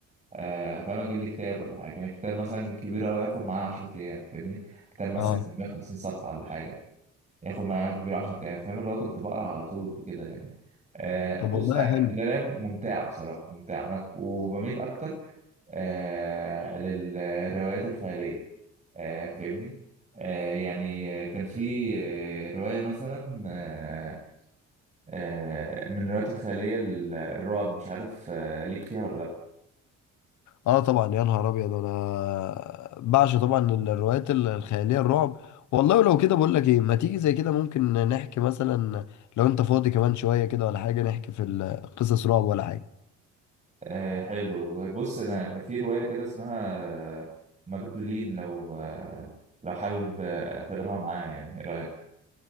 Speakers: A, on the right; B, on the left.
A: آه، فاهم اجيب لي كتاب ولا حاجه يعني الكتاب مثلا كبير قوي ياخد معايا 10 ايام فاهمني كتاب مثلا
B: اه
A: 150 صفحه ولا حاجه ياخد معانا كبير 10 ايام فاهم اللي هو كنت بقرا على طول وكده يعني آه
B: طب
A: بص
B: والله حلو
A: القرايه ممتعه بصراحه ممتعه انا ك- وبميل اكتر آه للروايات الخياليه آه فاهمني آه يعني آه، كان في آه، روايه مثلا آه آه من الروايات الخياليه ال- الرعب مش عارف آه ليك فيها ولا لا
B: اه طبعا يا نهار ابيض انا بعشق طبعا الروايات ال- الخيالية الرعب والله ولو كده بقول لك ايه ما تيجي زي كده ممكن نحكي مثلا لو انت فاضي كمان شوية كده ولا حاجة نحكي في ال- قصص رعب ولا حاجة
A: آه حلو والله بص انا في روايه كده اسمها آه، مجدولين لو آه لو حابب آه، تقراها معايا يعني ايه رايك